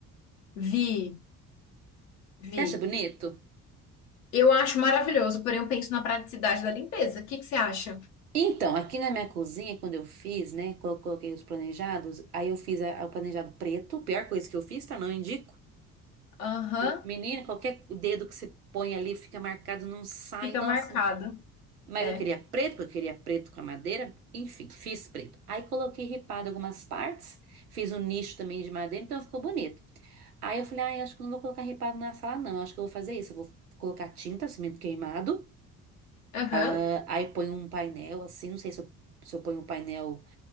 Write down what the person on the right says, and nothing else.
Você acha bonito?
Então, aqui na minha cozinha, quando eu fiz, né? Quando eu coloquei os planejados, aí eu fiz a- o planejado preto. Pior coisa que eu fiz, tá? Não indico.
Menina, qualquer dedo que você põe ali fica marcado, não sai.
Nossa,
Mas
eu queria preto, porque eu queria preto com a madeira. Enfim, fiz preto. Aí coloquei ripado algumas partes, fiz um nicho também de madeira, então ficou bonito. Aí eu falei, ai, acho que eu não vou colocar ripado na sala, não. Acho que eu vou fazer isso. Eu vou colocar tinta, cimento queimado.
ah, Aí ponho um painel, assim, não sei se eu, se eu ponho um painel.